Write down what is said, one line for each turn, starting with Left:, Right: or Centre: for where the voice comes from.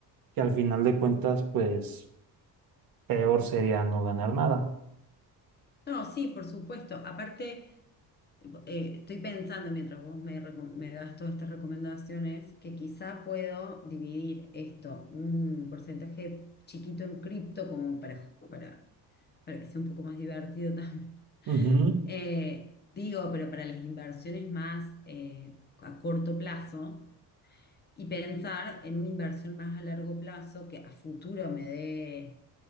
Right: que al final de cuentas, pues peor sería no ganar nada.
Left: No, sí, por supuesto. Aparte, eh, estoy pensando mientras vos me, recom- me das todas estas recomendaciones, que quizá puedo dividir esto, un porcentaje chiquito en cripto, como para, para, para que sea un poco más divertido <laughs> también.
Right: Ujú,
Left: Eh, digo, pero para las inversiones más eh, a corto plazo. y pensar en una inversión más a largo plazo que a futuro me dé,